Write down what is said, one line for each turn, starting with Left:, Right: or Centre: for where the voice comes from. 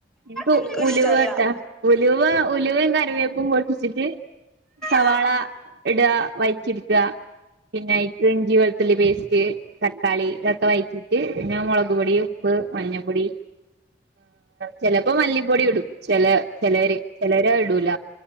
Right: ന്ക്ക്
Centre: എനിക്കും
Right: ഉലുവാട്ടാ
Centre: ഇഷ്ടല്ല
Right: ഉലുവ ഉലുവയും കറിവേപ്പും പൊട്ടിച്ചിട്ട് സവാള
Centre: ആഹ്
Right: ഇടുക വഴറ്റിയെടുക്കുക പിന്നെ അയിക്ക് ഇഞ്ചി വെളുത്തുള്ളി പേസ്റ്റ് തക്കാളി ഇതൊക്കെ വഴറ്റിട്ട് പിന്നെ മുളക് പൊടിയും പ്പ് മഞ്ഞപ്പൊടി ചിലപ്പോ മല്ലിപ്പൊടി ഇടും ചില ചിലര് ചിലോരത്ടൂല